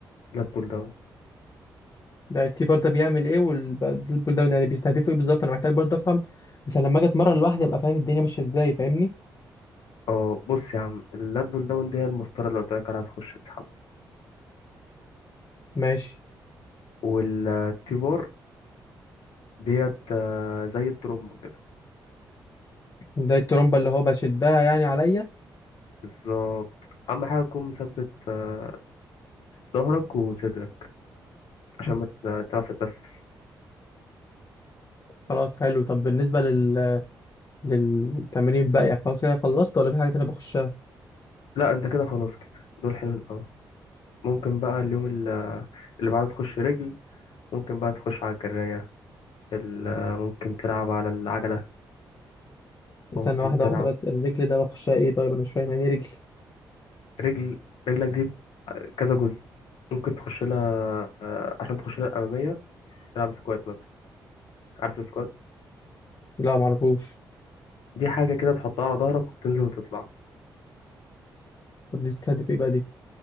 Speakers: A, on the left (about 75°); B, on the left (about 40°).
A: لات بول داون
B: ده التيبر ده بيعمل ايه والبول داون يعني بيستهدفوا ايه بالظبط انا محتاج برضه افهم عشان لما اجي اتمرن لوحدي ابقى فاهم الدنيا ماشيه ازاي فاهمني
A: اه بص يا عم اللات بول داون دي هي المسطرة اللي قلت لك عليها هتخش تسحبها
B: ماشي
A: والتي بار ديت آه، زي الترومبو كده
B: ده الترومبة اللي هو بشدها يعني عليا
A: بالظبط أهم حاجة تكون مثبت آه، ظهرك وصدرك عشان ما تت- تعرف تتنفس
B: خلاص حلو طب بالنسبة لل... للتمرين بقى يعني خلاص كده خلصت ولا في حاجة تانية بخشها
A: لا انت كده خلاص كده دول حلوين أوي ممكن بقى اليوم ال- اللي بعده تخش رجل ممكن بقى تخش على الجراية ال- آه، ممكن تلعب على العجلة
B: استنى
A: ممكن
B: واحدة
A: تلعب
B: واحدة بس الرجل ده بخشها ايه طيب انا مش فاهم يعني ايه رجل
A: رجل رجلك دي آه، كذا جزء ممكن تخش لها آه، عشان تخش لها الأمامية تلعب سكوات مثلا عارف السكوات
B: لا معرفوش
A: دي حاجة كده تحطها على ظهرك وبتنزل وتطلع
B: طب دي بتستهدف ايه بقى دي